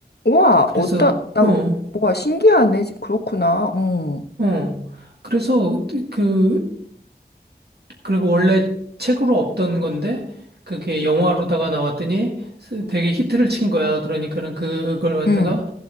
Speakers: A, on the left; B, on the right.
A: 우와,
B: 그래서,
A: 어떤, 나,
B: 어,
A: 와, 신기하네. 그렇구나. 음,
B: 어. 그래서 그 그리고 원래 책으로 없던 건데 그게 영화로다가 나왔더니 스- 되게 히트를 친 거야. 그러니까는 그걸 갖다가
A: 음.